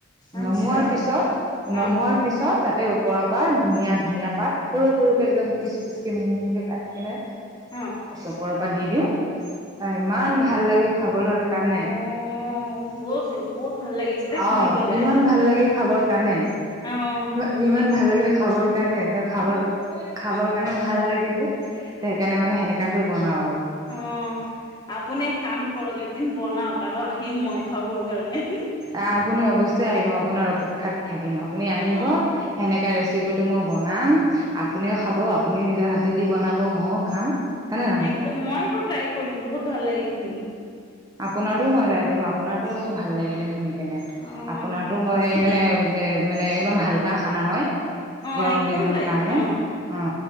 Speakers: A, on the left; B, on the right.
A: আচ্ছা,
B: নমোৱাৰ পিছত নমোৱাৰ
A: অ',
B: পিছত তাতে ওপৰৰ পৰা ধনীয়া-ধনীয়া পাত সৰু-সৰু কে একদম পিচ-পিচকে মিহি-মিহি কৈ কাটি কিনে
A: অ',
B: চপৰৰ পৰা দি দিওঁ- অ ইমান ভাল লাগে খাবলৈ কাৰণে।
A: অ', বহুত, বহুত ভাল লাগিছে দেই
B: অ
A: শুনি পেলাই,
B: ইমান ভাল লাগে খাবৰ কাৰণে
A: অ',
B: ইমান ইমান
A: এ
B: ভাল লাগে খাবৰ কাৰণে খাবৰ-খাবৰ কাৰণেও ভাল লাগে যে সেইকাৰণে মানে সেনেকাকৈ বনাওঁ আৰু৷ <unintelligible>
A: অ', আপুনি কাম কৰক এদিন বনাওক আৰু আহিম মই খাবৰ কাৰণে৷
B: আহ আপুনি অৱশ্যেই আপোনাৰ অপেক্ষাত থাকিম আপুনি আহিব
A: অ',
B: সেনে শিকা ৰেচিপিটো মই বনাম আপুনিও খাব আপুনি নিজৰ হাতেদি বনাব ময়ো খাম৷ হয়নে নহয়
A: একদম মইটো ট্ৰাই কৰিম বহুত ভাল লাগিল শুনি৷
B: আপোনাৰোটো মই ট্ৰাই কৰিম আপোনাৰটো ভাল লাগিলে শুনি কেনে৷
A: অ',
B: আপোনাৰতো মই এই মানে এ মানে একদম হাল্কা খানা হয়৷
A: অ',
B: গৰম
A: একদম
B: দিনৰ
A: লাইট
B: কাৰণে৷
A: অ',
B: অঁ